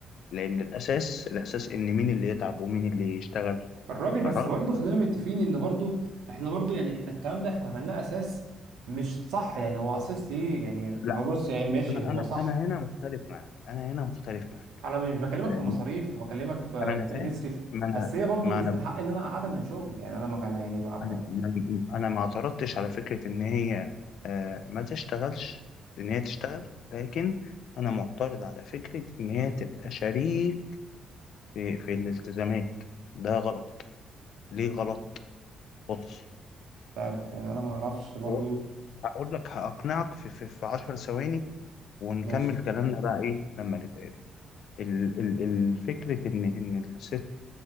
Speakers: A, on the left (about 70°); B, on the right (about 80°).
A: لان الاساس الاساس ان مين اللي يتعب ومين اللي يشتغل
B: الراجل بس
A: الراجل
B: برضه خلينا متفقين ان برضه احنا برضه يعني احنا الكلام ده احنا عملناه اساس مش صح يعني هو اساس ليه يعني ما
A: لا
B: بص يعني ماشي
A: انا
B: هو
A: انا
B: صح
A: انا هنا مختلف معاك انا هنا مختلف معاك
B: انا مش بكلمك
A: لان
B: في مصاريف وبكلمك في ان
A: انا أنا فاهم
B: هي بتصرف
A: ما انا
B: بس هي برضه
A: ما
B: مش
A: انا
B: من حق ان انا اقعدها من شغل يعني انا ما كان يعني ما
A: انا
B: كان
A: انا ما اعترضتش على فكره ان هي آه، ما تشتغلش ان هي تشتغل لكن انا معترض على فكره ان هي تبقى شريك في, في الالتزامات ده غلط ليه غلط بص
B: مش عارف يعني انا ما اعرفش برضه
A: و- هقول لك هقنعك في في, في 10 ثواني ونكمل
B: ماشي
A: كلامنا بقى ايه لما نتقابل ال- ال- الفكرة إن إن الست